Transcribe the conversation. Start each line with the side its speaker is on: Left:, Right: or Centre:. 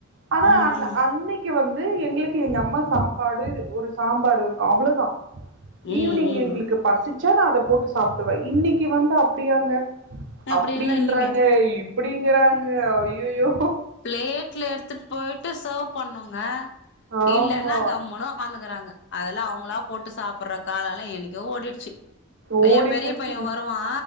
Right: ஆனா
Left: ம்
Right: அன்
Left: ம்
Right: அன்னிக்கு வந்து எங்களுக்கு எங்க அம்மா சாப்பாடு ஒரு சாம்பார் இருக்கும் அவ்ளோதா
Left: ம்
Right: ஈவினிங்
Left: ம்
Right: எங்களுக்கு பசிச்சா நா அத போட்டு சாப்டுவன் இன்னிக்கி வந்து அப்டியாங்க
Left: அப்படில்லா
Right: அப்டின்றாங்க
Left: இல்லைங்க
Right: இப்டிங்கறாங்க அய்யய்யோ
Left: ப்ளேட்ல எடுத்துட் போய்ட்டு சர்வ் பண்ணுங்க
Right: ஆமா
Left: இல்லன்னா கம்முன்னு உக்காந்துக்றாங்க அதெல்லா அவுங்களா போட்டு சாப்ற காலோலா எண்ணிக் தோ ஓடிடுச்சி
Right: ஓடி
Left: என் பெரிய
Right: போச்சுங்க
Left: பைய வருவா